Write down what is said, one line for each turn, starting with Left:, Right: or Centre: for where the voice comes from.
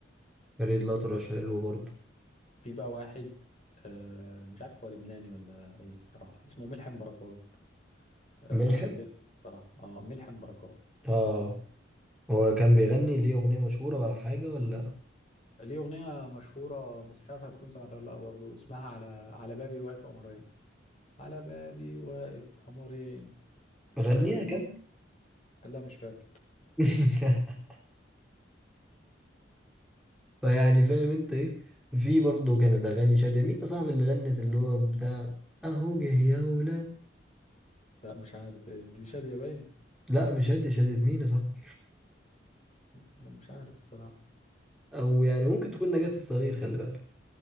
Centre: فريد الأطرش حلو برضه
Left: في بقى واحد آه، مش عارف هو لبناني ولا ايه الصراحة اسمه ملحم بركات آه
Centre: ملحم
Left: جامد الصراحة اه ملحم بركات
Centre: آه هو كان بيغني ليه أغنية مشهورة ولا حاجة ولا
Left: ليه أغنية مشهورة بس مش عارف هتكون سمعتها ولا لأ برضه اسمها على على بابي واقف قمرين على بابي واقف قمرين
Centre: غنيها
Left: آه
Centre: كمان
Left: لا مش فاكر
Centre: <laughs> فيعني فاهم انت ايه في برضه كانت اغاني شادية مين يا صاحبي اللي غنت اللي هو بتاع اهو جه يا ولاد
Left: لا مش عارف دي شادية باين
Centre: لا مش شادية شادية مين يا صاحبي
Left: لا مش عارف الصراحة
Centre: او يعني ممكن تكون نجاة الصغير خلي بالك